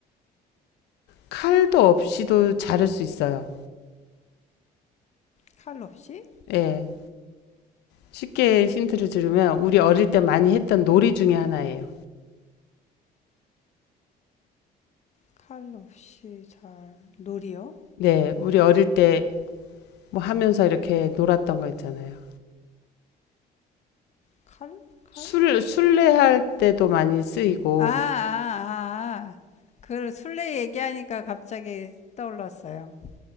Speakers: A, on the left; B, on the left.
A: 칼도 없이도 자를 수 있어요.
B: 칼 없이?
A: 예. 쉽게 힌트를 들으면, 우리 어릴 때 많이 했던 놀이 중에 하나예요.
B: 칼 없이 잘 놀이요?
A: 네, 우리 어릴 때 뭐 하면서 이렇게 놀았던 거 있잖아요.
B: 칼? 칼?
A: 술, 술래할 때도 많이 쓰이고,
B: 아, 아, 아, 아. 그 술래 얘기하니까 갑자기 떠올랐어요.